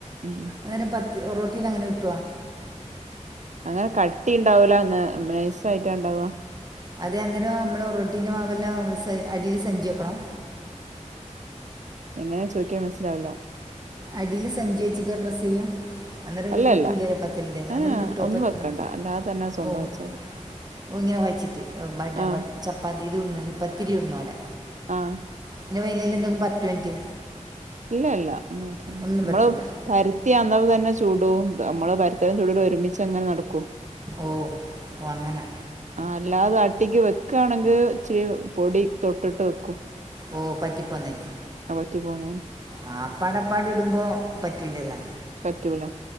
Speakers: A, on the right; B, on the right.
A: ഉം
B: അന്നേരം പത്തി ഒറോട്ടിൽ അങ്ങനെ കിട്ടുവോ?
A: അങ്ങനെ കട്ടി ഉണ്ടാവൂല. നൈസായിട് ഉണ്ടാവുവ
B: അതെ അന്നേരം നമ്മള് റോട്ടീനും അവെല്ലാം അടിയിൽ സഞ്ചു വെക്കണം.
A: എങ്ങനെ ചോദിക്കിയാ മനസ്സിലാവില്ല
B: അടിയില് സഞ്ചി വെച്ചിട്ടാ പ്രസ്സ് ചെയ്യാ അന്നേരം ഇങ്ങ്
A: അല്ല
B: കിട്ടൂലല്ലോ
A: അല്ല
B: പത്തിൻ്റെ. അന്നേരം
A: ഏഹ്
B: കിട്ടു
A: ഒന്നും
B: പത്തിന്
A: വെക്കണ്ട അല്ലാതെ തന്നെ സ്വന്തം
B: ഓ
A: വെച്ചാ മതി
B: ഇങ്ങനെ കൊഴച്ചിട്ട് മറ്റെ
A: ആഹ്
B: പത്തിരി ചപ്പാത്തി ഇത് ഇ പത്തിരി ചുടുന്ന പോലെ
A: ആഹ്
B: എന്റെ വേലൽ എന്തെങ്കും പത്ത് മിനിറ്റ്.
A: ഇല്ല ഇല്ല ഒന്ന്
B: ഒന്നും
A: മ്മള്
B: പറ്റൂല
A: പരത്തിയാന്നേരം തന്നെ ചുടും നമ്മള് പര്ത്തലും ചുടലും ഒരുമിച്ച് അങ്ങനെ നടക്കോ.
B: ഓഹ് വങ്ങനെ
A: ആ അല്ലാതെ അട്ടിക്ക് വെക്കാണെങ്കിൽ ഇച്ചിരി പൊടി തൊട്ടിട്ട് വെക്കും.
B: ഓഹ് പറ്റിപ്പന്നേ
A: ആ പറ്റി പോന്നേ
B: ആ അപ്പാടപ്പാട് ഇടുമ്പോ പറ്റൂലല്ലോ.
A: പറ്റൂല.